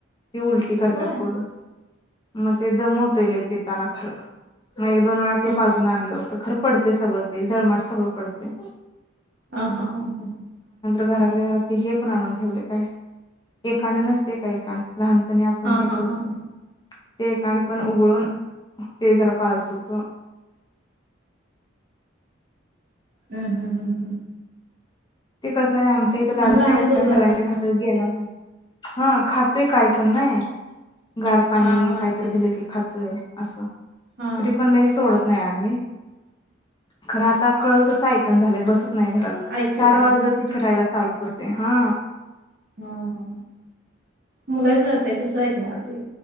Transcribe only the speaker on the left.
ती उलटी करतात
परत म ते दमवतय लय पिताना खरं. मग एक-दोन वेळा ते
पाजून
आणलो तर खर पडते सगळं ते झळमाट सगळं पडतेय.
घरातल्या घरात हे पण आणून ठेवले काय एकांड नसतय का एकांड लहानपणी आपण
हे
करतोय.
ते एकांड पण उघळून ते जरा पाजत होतो.
ते कसं आमच्या इथं लाडका
एकटा
आहे,
सगळ्यांच्या घरात गेल्या हा खातोय काय पण नाही. गार पाणी
काहीतर
दिलं की, खातोय. असं.
तरी पण लई सोडत नाही, आम्ही खरं आता कळल तस ऐकना झालंय बसना नाही घरात.
चार वाजल की फिरायला चालु करते हा.